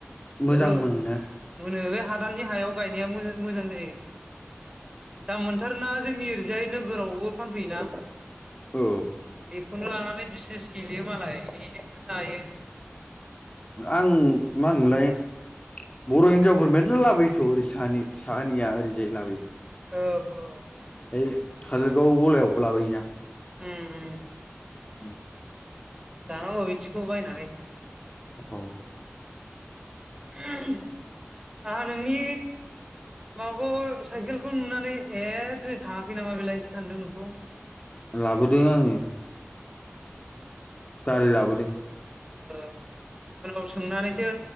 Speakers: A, on the left; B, on the right.
A: मोजां
B: औ
A: मोनोना
B: मोनो बे हादाननि हायाव गायनाया मोजां मोजां जायो। दाम मोनथारोना? जोंनि ओरैजाय नोगोरावबो। फानफैयो ना।
A: औ।
B: बेखौनो लानानै बिजनेस गेलेयो मालाय बेजोंनो जायो।
A: आं मा होनोमोनलाय बर' हिनजावफोर मेरला लाबोयोथ' ओरै साहानि साहानिया ओरैजाय लाबोयो।
B: औ औ।
A: औ खाजलगाव गलायावबो लाबोयोना।
B: उम उम।
A: उ <inaudible>
B: जानांगौ बिदिखौ बायायनानै।
A: औ
B: उम आंहा नोंनि माबाखौ साइकेलखौ नुनानै ए दिनै थाङाखै नामा बेलाय सो सानदों नोंखौ।
A: लाबोदों आङो। गारि लाबोदों।
B: ओ उनाव सोंनानैसो